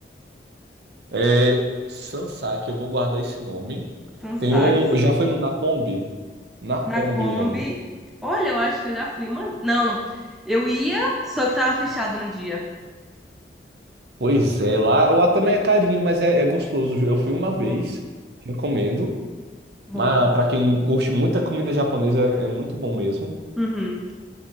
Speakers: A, on the right; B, in the centre.
A: É Sansaki, eu vou guardar esse nome.
B: São saques.
A: Tem um, já foi no Nakombi? Nakombi
B: na Kombi.
A: o nome.
B: Olha, eu acho que eu já fui uma. Não, eu ia, só que tava fechado no dia.
A: Pois é, lá, lá também é carinho, mas é, é gostoso. Eu fui uma vez,
B: Bom,
A: recomendo.
B: bom.
A: Mas pra quem curte muita comida japonesa, é muito bom mesmo.
B: Uhum,